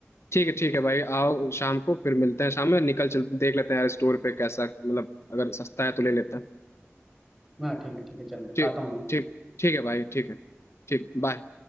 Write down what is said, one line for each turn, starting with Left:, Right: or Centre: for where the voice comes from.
Left: ठीक है ठीक है भाई आओ शाम को फिर मिलते हैं शाम में निकल चल देख लेते हैं यार स्टोर पे कैसा मतलब अगर सस्ता है तो ले लेते हैं
Centre: हाँ ठीक है ठीक है चल
Left: ठीक
Centre: आता हूँ मैं
Left: ठीक ठीक है भाई ठीक है ठीक बाय